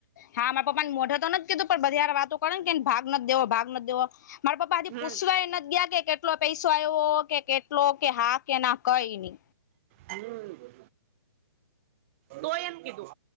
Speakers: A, on the left (about 45°); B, on the right (about 30°).
A: હા માયા પપ્પા ને મોઢે તો ન જ કીધું પણ બધા હારી વાતો તો કળે કે ભાગ નથ દેવો, ભાગ નથ દેવો. મારા પપ્પા હજી
B: હમ
A: પૂસવાય એ નથ ગીયા કે કેટલો પૈસો આવ્યો કે એટલો કે હા કે ના કઈ ની.
B: હમ્મ, તો એમ કીધું.